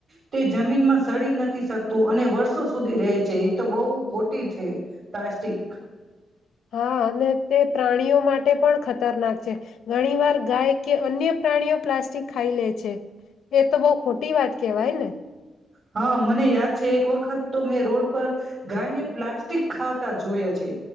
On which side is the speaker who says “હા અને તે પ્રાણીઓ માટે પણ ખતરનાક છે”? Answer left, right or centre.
Left